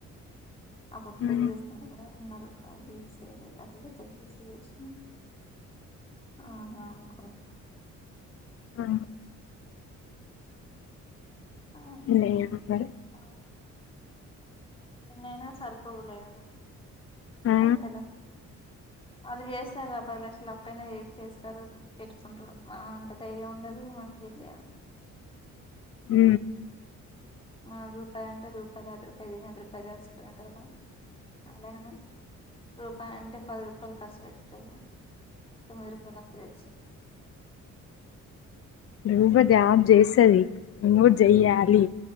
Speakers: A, on the left; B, on the left.
A: అప్పుడు పెళ్ళలి
B: ఆహా
A: చేసుకుంటే కూడా ఉన్నారు బస్ ఏ అ చె విేష ఆహాక
B: ఆ
A: ఆ
B: ఇంగ ఏమ్ మరి
A: ఆ, ఎన్నైనా సరిపోవు లే ఆలకి
B: ఆ
A: అసనా వాళ్ళు చేస్తార్రా పది లక్షలు అప్పు అయినా చేసి చేస్తారు పెట్టుకుంటారు మనం అంత ధైర్యం ఉండదు మనం చేయలేము
B: ఊ
A: మ రూపాయి అంటే రూపాయలో అదు రూపాయి తిని అదూపా పదేసుకునేటోళ్ల అలా రూపాయి అంటే పది రూపాయలు ఖర్చు పెట్టేటోళ్లు తొమ్మిది రూపాయలు అప్పు తెచ్చి
B: నువ్వే గ్యాబ్ చేసేయ్ నువ్వు జెయ్యాలి